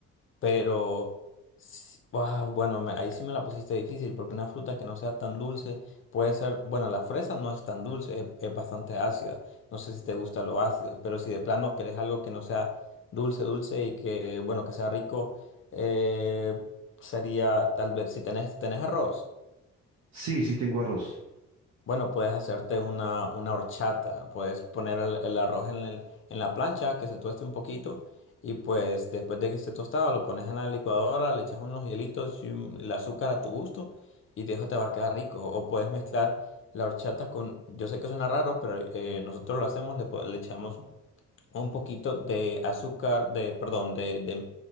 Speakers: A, on the left; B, on the right.
A: Pero, s- ah, bueno, me- ahí sí me la pusiste difícil porque una fruta que no sea tan dulce puede ser, bueno, la fresa no es tan dulce, es, es bastante ácida. No sé si te gusta lo ácido, pero si de plano querés algo que no sea dulce, dulce y que, bueno, que sea rico, eh, sería tal vez, si tenés, tenés arroz.
B: Sí, sí tengo arroz.
A: Bueno, puedes hacerte una, una horchata, puedes poner el, el arroz en, el- en la plancha, que se tueste un poquito, y pues después de que esté tostado lo pones en la licuadora, le echas unos hielitos y un- el azúcar a tu gusto, y de eso te va a quedar rico. O puedes mezclar la horchata con, yo sé que suena raro, pero eh, nosotros lo hacemos, le, po- le echamos un poquito de azúcar, de, perdón, de, de,